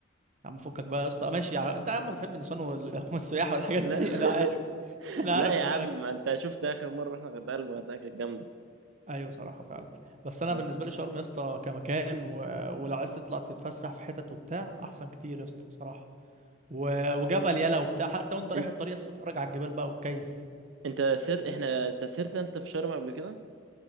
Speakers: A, on the right (about 40°); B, on the right (about 75°).
A: يا عم فكك بقى يا اسطى آه، ماشي يعني انت يا عم بتحب النسوان وال- <laughs> والسياحه والحاجات
B: لا
A: دي انا عارف <laughs>
B: <laughs>
A: انا
B: لا
A: عارف دماغك
B: يا عم أنت شفت آخر مرة رحنا الغردقة الغردقة كانت جامدة
A: ايوه صراحه فعلا بس انا
B: آه.
A: بالنسبه لي شرم يا اسطى كمكان و... ولو عايز تطلع تتفسح في حتت وبتاع احسن كتير يا اسطى صراحه و... وجبل يلا وبتاع حتى وانت رايح
B: أنت
A: الطريق لسه تتفرج على الجبال بقى وتكيف
B: أنت سر إحنا أنت سهرت أنت في شرم قبل كده؟